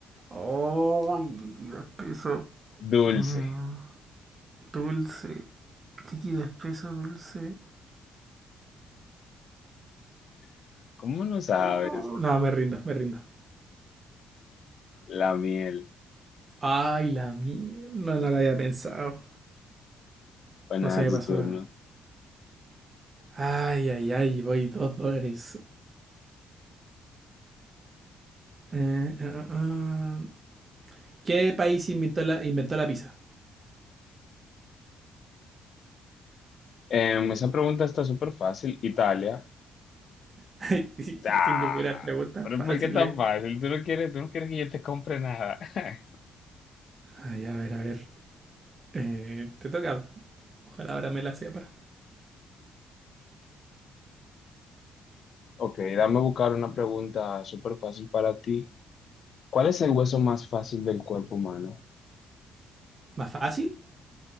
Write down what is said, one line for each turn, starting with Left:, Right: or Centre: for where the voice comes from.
Right: ¡Oh! Líquido espeso.
Left: Dulce.
Right: Ah, Dulce. Líquido espeso, dulce.
Left: <laughs> ¿Cómo no sabes?
Right: Oh, No, me rindo, me rindo.
Left: La miel.
Right: Ay, la miel. No,
Left: La
Right: no la
Left: miel.
Right: había pensado.
Left: Pues nada,
Right: No se me
Left: tu
Right: pasó.
Left: turno.
Right: Ay, ay, ay, voy dos dólares. Eh, ah, ah, ah. ¿Qué país inventó la, inventó la pizza?
Left: Em, esa pregunta está súper fácil. Italia.
Right: <laughs>
Left: ¡Ah!
Right: Tengo puras preguntas
Left: Pero
Right: fáciles.
Left: ¿por qué tan fácil? ¿Tú no quieres, tú no quieres que yo te compre nada? <laughs>
Right: Ay, a ver, a ver. Eh, te toca. Ojalá ahora me la sepas.
Left: Ok, dame buscar una pregunta súper fácil para ti. ¿Cuál es el hueso más fácil del cuerpo humano?
Right: ¿Más fácil?